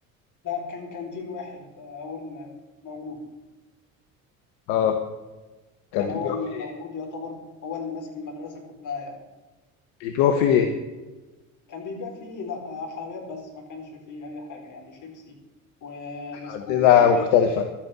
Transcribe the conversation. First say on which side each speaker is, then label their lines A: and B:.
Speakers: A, on the left; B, on the left.
A: لا كان كانتين واحد آه، هو اللي موجود
B: اه كان
A: كان
B: بيبيعوا
A: هو اللي
B: فيه
A: موجود يعتبر هو اللي ماسك المدرسه كلها يعني
B: بيبيعوا فيه
A: كان بيبيع فيه لا آه، حلويات بس ما كانش فيه اي حاجه يعني شيبسي وبسكوت
B: عندنا
A: وكيكه
B: مختلفة